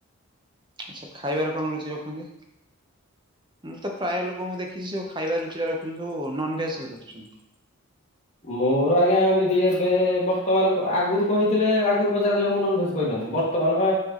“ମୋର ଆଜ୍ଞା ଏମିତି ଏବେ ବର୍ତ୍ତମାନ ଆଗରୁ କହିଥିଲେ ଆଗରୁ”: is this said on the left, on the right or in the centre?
Left